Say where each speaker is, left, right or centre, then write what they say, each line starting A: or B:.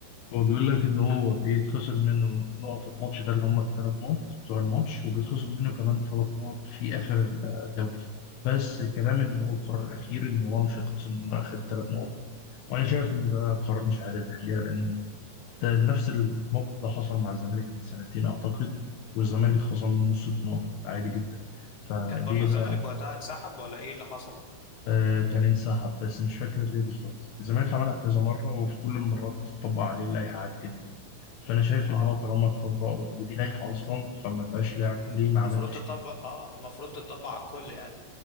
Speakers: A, on the left; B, on the left.
A: هو بيقول لك إن هو بيتخصم منه نقط الماتش ده اللي هم الثلاث نقط بتوع الماتش وبيتخصم منه كمان ثلاث نقط في آخر الدوري بس الكلام إن هو القرار الأخير إن هو مش هيتخصم منه آخر ثلاث نقط وأنا شايف إن
B: مم.
A: ده قرار مش عادل الحقيقة لأن ده نفس الموقف ده حصل مع الزمالك من سنتين أعتقد والزمالك اتخصم منه ست نقط عادي جدا فليه
B: كان برضو الزمالك
A: بقى
B: وقتها انسحب ولا ايه اللي حصل
A: آه كان انسحب بس مش فاكر ليه بالظبط الزمالك عملها كذا مرة وفي كل المرات طبق عليه اللائحة عادي جدا فأنا شايف
B: اه
A: إن هو طالما اتطبق ودي لائحة أصلا فما فيهاش لعب
B: مم.
A: ليه ما
B: المفروض
A: عملتش
B: تطبق
A: كده
B: اه المفروض تطبق على الكل يعني